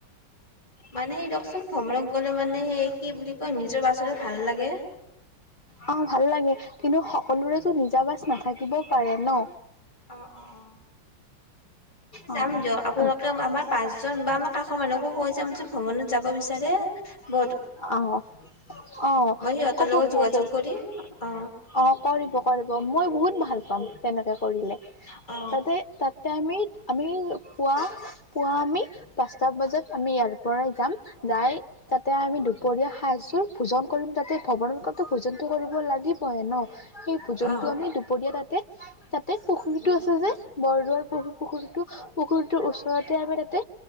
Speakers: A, on the left; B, on the left.
A: মানে দকচোন ভ্ৰমণত গ'লে মানে সেই কি বুলি কয় নিজৰ বাচ ভাল লাগে।
B: অ', ভাল লাগে কিন্তু সকলোৰেতো নিজাবাচ নাথাকিবও পাৰে ন।
A: অ-অ-অ, যাম
B: অ',
A: দিয়ক আপোনালোকে আমাৰ পাঁচজন বা আমাৰ কাষৰ মানুহকো কৈ যাম যে ভ্ৰমণত যাব বিচাৰে। তাৰে
B: অ-অ
A: মই সিহঁতৰ
B: কব-কব
A: লগত যোগাযোগ কৰিম অ।
B: অ' কৰিব। কৰিব মই বহুত ভাল পাম তেনেকে। কৰিলে
A: অ
B: তাতে তাত টাইমিত আমি পুৱা পুৱা আমি পাঁচটা বজাত আমি ইয়াল পৰাই যাম যাই তাতে আমি দুপৰীয়া সাজযোৰ ভোজন কৰিম তাতে ভৱনতো ভোজনটো কৰিব লাগিবহে ন সেই ভোজন
A: অ।
B: টো আমি দুপৰীয়া তাতে তাতে পুখুৰীতটো আছে যে বৰদাৰ পু পুখুৰীটো পুখুৰীটোৰ ওচৰতে আমাৰ তাতে